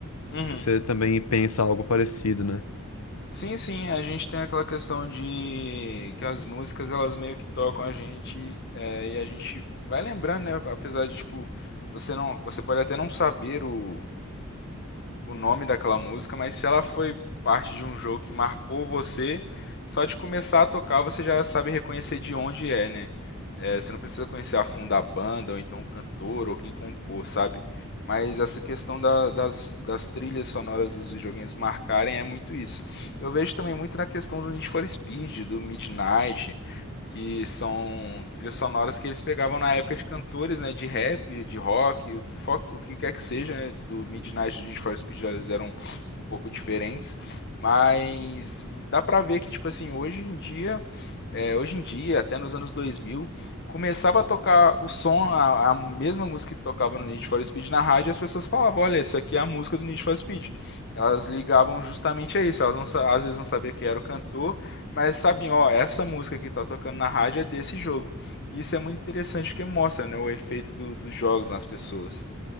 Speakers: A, on the left; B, on the left.
A: uhum.
B: Você também pensa algo parecido, né?
A: Sim, sim, a gente tem aquela questão de que as músicas elas meio que tocam a gente é, e a gente vai lembrando, né? Apesar de tipo você não, você pode até não saber o, o nome daquela música, mas se ela foi parte de um jogo que marcou você, só de começar a tocar você já sabe reconhecer de onde é, né? É, você não precisa conhecer a fundo a banda, ou então o cantor, ou quem compôs, sabe? Mas essa questão da- das, das trilhas sonoras dos videogames marcarem é muito isso. Eu vejo também muito na questão do Need for Speed, do Midnight, que são trilhas sonoras que eles pegavam na época de cantores, né, de rap, de rock, o que, fo- o que quer que seja, né, do Midnight, do Need for Speed, eles eram um pouco diferentes, mas dá pra ver que, tipo assim, hoje em dia, é, hoje em dia, até nos anos 2000, começava a tocar o som, a, a mesma música que tocava no Need for Speed na rádio, e as pessoas falavam, olha, isso aqui é a música do Need for Speed. Elas ligavam justamente a isso, elas não, sa- às vezes não sabiam quem era o cantor, mas sabem, ó, essa música que tá tocando na rádio é desse jogo. E isso é muito interessante porque mostra, né, o efeito do- dos jogos nas pessoas.